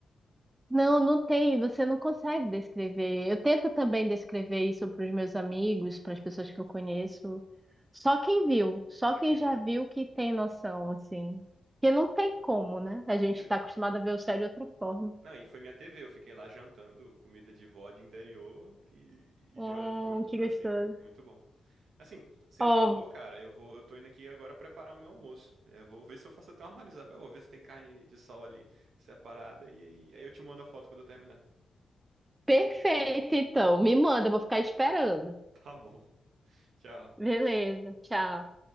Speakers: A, on the right; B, on the right.
A: Não, não tem, você não consegue descrever. Eu tento também descrever isso para os meus amigos, para as pessoas que eu conheço. Só quem viu, só
B: Só quem
A: quem já
B: viu.
A: viu que
B: Sim.
A: tem noção, assim. Porque não tem como, né? A gente
B: E eu-
A: está acostumado a ver o céu de outra forma.
B: não, e foi minha TV, eu fiquei lá jantando comida de vó de interior que, e
A: Hum,
B: olhando pro,
A: que
B: pra
A: gostoso.
B: cima. Muito bom. Assim, você
A: Ó,
B: falou, cara, eu vou, eu tô indo aqui agora preparar o meu almoço. Eu vou ver se eu faço até uma Marisabel, vou ver se tem carne de sol ali separada e aí aí eu te mando a foto quando eu terminar.
A: perfeito, então. Me manda, eu vou ficar esperando.
B: Tá bom. <laughs> Tchau.
A: Beleza, tchau.